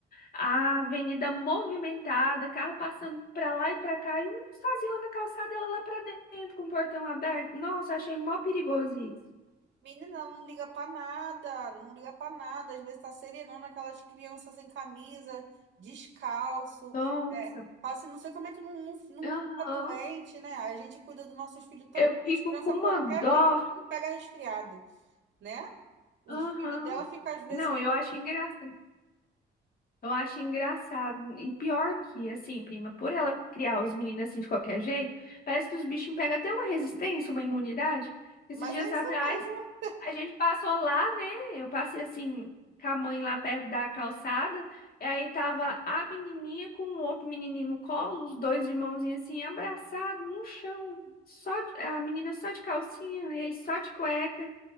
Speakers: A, on the left; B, on the right.
A: A avenida movimentada, carro passando pra lá e pra cá, e o menino sozinho lá na calçada, ela lá pra dentro, com o portão aberto. Nossa, achei mó perigoso isso.
B: Menina, ela não liga pra nada, não liga pra nada. Às vezes tá serenando aquelas crianças sem camisa, descalço.
A: Nossa.
B: É, fala assim, não sei como é que não, não, não
A: Aham.
B: fica doente, né? A gente cuida dos nossos filhos tão
A: Eu
B: bem,
A: fico
B: as crianças,
A: com uma
B: qualquer
A: dó.
B: ventinho pega resfriado, né? Os
A: Aham.
B: filhos dela ficam às vezes.
A: Não, eu acho engraçado. Eu acho engraçado. E pior que, assim, prima, por ela criar os meninos assim de qualquer jeito, parece que os bichinhos pegam até uma resistência, uma imunidade. Esses
B: Mas
A: dias
B: é isso
A: atrás,
B: mesmo.
A: a gente passou lá, né? Eu passei assim, com a mãe lá perto da calçada. E aí tava a menininha com o outro menininho no colo, os dois de mãozinha assim, abraçados no chão. Só, de- a menina só de calcinha, ele só de cueca.